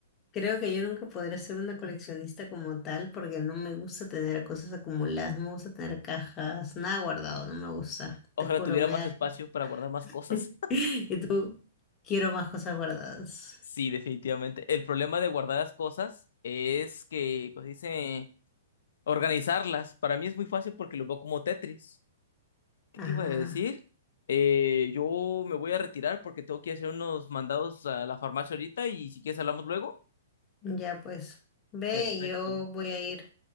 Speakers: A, on the left; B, on the left.
A: Creo que yo nunca podré ser una coleccionista como tal porque no me gusta tener cosas acumuladas, no me gusta tener cajas, nada guardado, no me gusta.
B: Ojalá
A: Te juro,
B: tuviera
A: me
B: más
A: da
B: espacio para guardar más cosas.
A: <laughs> Y tú, quiero más cosas guardadas.
B: Sí, definitivamente. El problema de guardar las cosas es que, pues dice, organizarlas. Para mí es muy fácil porque lo veo como Tetris. ¿Qué
A: Ajá,
B: te iba a decir? Eh, yo me voy a retirar porque tengo que hacer unos mandados a la farmacia ahorita y si quieres hablamos luego.
A: ya pues. Ve,
B: Perfecto,
A: y yo voy a ir